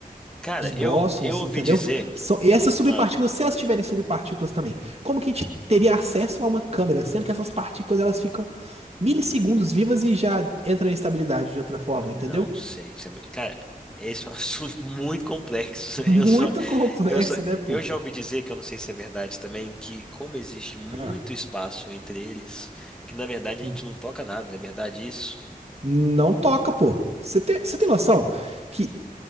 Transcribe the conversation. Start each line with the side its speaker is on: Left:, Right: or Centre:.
Centre: Cara,
Right: os bósons,
Centre: eu, eu ouvi
Right: entendeu?
Centre: dizer.
Right: São, e essas subpartículas,
Centre: Ah,
Right: se elas tiverem subpartículas também, como que a gente teria acesso a uma câmera, sendo que essas partículas elas ficam milissegundos vivas e já entram em estabilidade de outra forma,
Centre: não
Right: entendeu?
Centre: sei. Isso é muito... Cara, esse é um <laughs> assunto muito complexo.
Right: Muito
Centre: Eu só,
Right: complexo,
Centre: eu só,
Right: né, pô?
Centre: eu já ouvi dizer, que eu não sei se é verdade também, que como existe muito
Right: Ah,
Centre: espaço entre eles, que na verdade
Right: Hum.
Centre: a gente não toca nada. É verdade isso?
Right: Não toca, pô. Você tem, você tem noção que,